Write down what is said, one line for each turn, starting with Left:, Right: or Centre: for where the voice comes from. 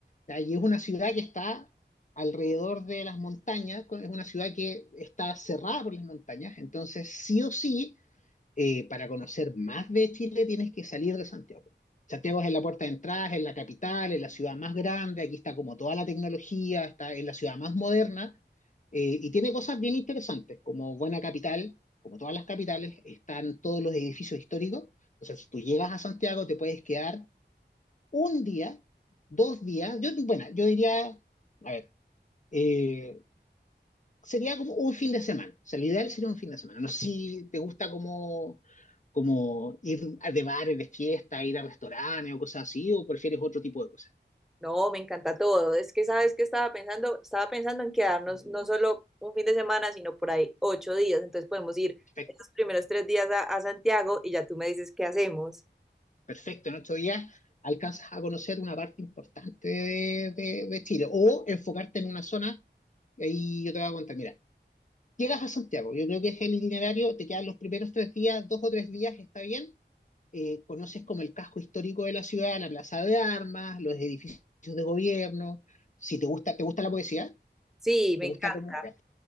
Left: O Y es una ciudad que está alrededor de las montañas, con- es una ciudad que está cerrada por las montañas, entonces sí o sí eh, para conocer más de Chile tienes que salir de Santiago. Santiago es en la puerta de entrada, es la capital, es la ciudad más grande, aquí está como toda la tecnología, está en la ciudad más moderna eh, y tiene cosas bien interesantes, como buena capital, como todas las capitales, están todos los edificios históricos. O sea, si tú llegas a Santiago te puedes quedar un día, dos días, yo, bueno, yo diría, a ver, eh, sería como un fin de semana. O sea, lo ideal sería un fin de semana. No sé si te gusta como, como ir a de bares, de fiesta, ir a restaurantes o cosas así, o prefieres otro tipo de cosas.
Centre: No, me encanta todo. Es que sabes que estaba pensando, estaba pensando en quedarnos no solo un fin de semana, sino por ahí ocho días. Entonces podemos ir
Left: Perfecto,
Centre: esos primeros tres días a, a Santiago y ya tú me dices qué hacemos.
Left: perfecto. En ocho días alcanzas a conocer una parte importante de, de- de Chile o enfocarte en una zona y ahí yo te voy a contar, mira, llegas a Santiago, yo creo que es el itinerario, te quedan los primeros tres días, dos o tres días, está bien, eh, conoces como el casco histórico de la ciudad, la plaza de armas, los edificios de gobierno. Si te gusta, ¿te gusta la poesía?
Centre: Sí, me
Left: ¿Te
Centre: encanta.
Left: gusta cómo? Ya,